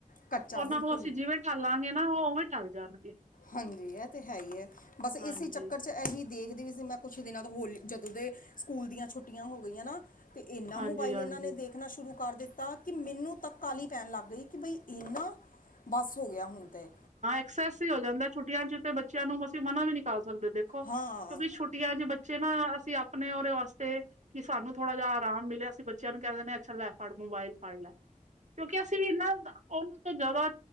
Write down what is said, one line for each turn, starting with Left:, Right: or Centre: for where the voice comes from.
Left: ਕੱਚਾ
Right: ਉਹਨਾਂ
Left: ਬਿਲਕੁਲ
Right: ਨੂੰ ਅਸੀਂ ਜਿਵੇਂ ਢੱਲਾਂਗੇ ਨਾ ਉਹ ਉਵੇਂ ਢੱਲ ਜਾਣਗੇ।
Left: ਹਾਂਜੀ ਇਹ ਤੇ ਹੈ। ਹੀ ਹੈ। ਬਸ ਇਸੇ
Right: ਹਾਂਜੀ
Left: ਚੱਕਰ ਚ ਇਹੀ। ਦੇਖਦੀ ਵੀ ਸੀ ਮੈਂ ਕੁਛ ਦਿਨਾਂ ਤੋਂ ਹੋਲੀ ਜਦੋਂ ਦੇ ਸਕੂਲ ਦੀਆਂ ਛੁੱਟੀਆਂ ਹੋ ਗਈਆਂ ਨਾ। ਤੇ ਇਨਾ
Right: ਹਾਂਜੀ
Left: ਮੋਬਾਈਲ
Right: ਹਾਂਜੀ
Left: ਇਹਨਾਂ ਨੇ ਦੇ। ਦੇਖਣਾ ਸ਼ੁਰੂ ਕਰ ਦਿੱਤਾ ਕਿ ਮੈਨੂੰ ਤਾਂ ਕਾਹਲੀ ਪੈਣ ਲੱਗ ਗਈ ਕਿ ਬਈ ਇਹਨਾ। ਬਸ ਹੋ ਗਿਆ ਹੁਣ ਤਾਂ।
Right: ਬਸ ਐਸਾ ਹੀ ਹੋ ਜਾਂਦਾ ਛੁੱਟੀਆਂ ਚ ਤੇ ਬੱਚਿਆਂ ਨੂੰ ਅਸੀਂ ਮਨਾ ਵੀ ਨਹੀਂ ਕਰ ਸਕਦੇ ਦੇਖੋ ਕਿਉਂਕਿ
Left: ਹਾਂ
Right: ਛੁ। ਛੁਟਿਆ ਜੇ ਬੱਚੇ ਨਾ ਅਸੀਂ ਆਪਣੇ ਉਹਦੇ ਵਾਸਤੇ ਕਿ ਸਾਨੂੰ ਥੋੜਾ ਜਿਹਾ ਆਰਾਮ ਮਿਲਿਆ ਅਸੀਂ ਬੱਚੇ। ਨ ਕਹਿ ਦਿੰਦੇ ਅੱਛਾ ਲੈ ਫੜ ਮੋਬਾਈਲ ਫੜ ਲੈ ਕਿਉਂਕਿ ਅਸੀਂ ਵੀ ਇਨਾ ਉਹਨਾਂ ਤੋਂ ਜਿਆਦਾ।